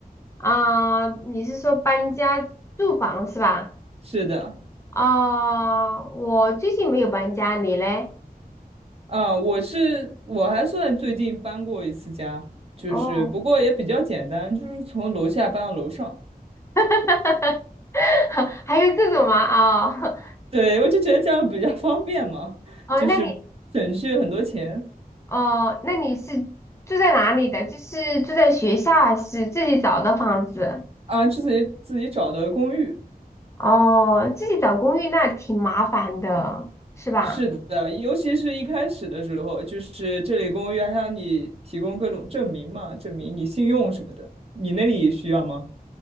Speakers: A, on the left; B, on the right.
A: 啊、你是说搬家住房是吧？
B: 是的，
A: 哦，我最近没有搬家，你嘞？
B: 啊，我是我还算最近搬过一次家，就是不过也比较简单，
A: 哦，
B: 就是从楼下搬到楼上。
A: <laughs> 还有这种吗？哦，
B: 对，我就觉得这样比较方便嘛，
A: <laughs> 哦，
B: 就是省去很多钱
A: 那你哦，那你是住在哪里的？就是住在学校还是自己找的房子？
B: 啊。自己自己找的公寓，
A: 哦，自己找公寓那挺麻烦的，是吧？
B: 是的，尤其是一开始的时候，就是这里公寓还让你提供各种证明嘛，证明你信用什么的。你那里需要吗？